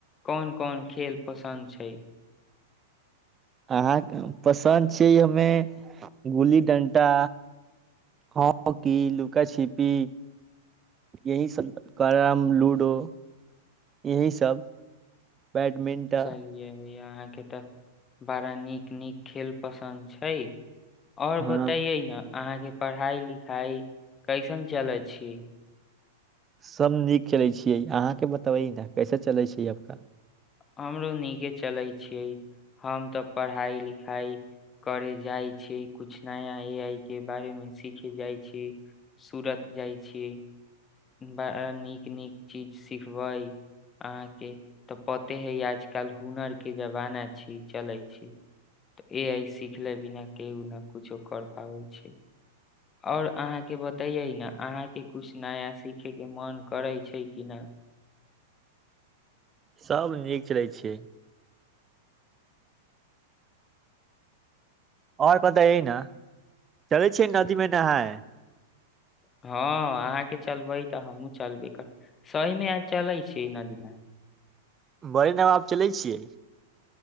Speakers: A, on the left; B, on the right.
A: कोन कोन खेल पसन्द छैय
B: अहाँके पसन्द छिय हमे गुल्ली डंटा हॉकी लुका छिपी यही सब करम लूडो यही सब बैडमिंटन
A: चलिये अहाँके त बड़ा नीक नीक खेल पसन्द छै आओर
B: हँ
A: बताइए न अहाँ के पढ़ाई लिखाई कैसन चलै छी
B: सब नीक चलै छियै अहाँके बतबै न कैसे चलै छै आबका
A: हमरो नीके चले छियै हम तऽ पढ़ाई लिखाई करे जाइ छियै कुछ नया ए आई के बारे मे सीखे जाइ छी सुरत जाइ छी बड़ा नीक नीक चीज सिखबै अहाँके त पते है आजकल हुनर के जमाना छी चले छै तऽ ए आइ देखले बिना केहु न कुछो कर पाबै छै आओर अहाँके बतैयै ने अहाँके किछ नया सीखयके मोन करै छै कि नहि
B: सभ नीक चलै छियै आओर बतैयैय न चलै छियै नदीमे नहाय
A: हँ अहाँके चलबै तऽ हमहूँ चलबे करबै सहीमे आइ चलै छियै नदीमे
B: बड़े नबाब चलै छियै